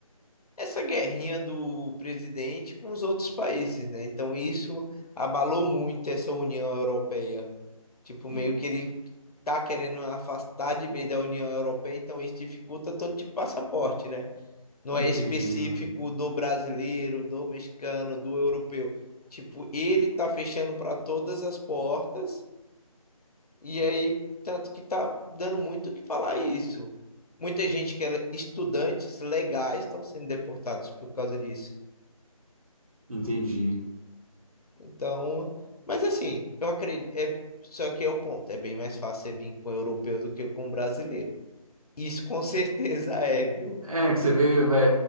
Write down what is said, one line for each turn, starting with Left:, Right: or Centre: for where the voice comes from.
Left: essa guerrinha do presidente com os outros países, né? Então, isso abalou muito essa União Europeia. Tipo, meio
Right: En-
Left: que ele tá querendo afastar de vez da União Europeia, então isso dificulta todo tipo de passaporte, né? Não
Right: Entendi,
Left: é específico do brasileiro, do mexicano, do europeu. Tipo, ele tá fechando para todas as portas, e aí, tanto que tá dando muito o que falar isso. Muita gente que é estudantes legais estão sendo deportados por causa disso.
Right: entendi.
Left: Então, mas assim, eu acredito. É, só que é o ponto, é bem mais fácil você vir com o europeu do que com o brasileiro. Isso com certeza <laughs> é, viu?
Right: É que você vê, vai,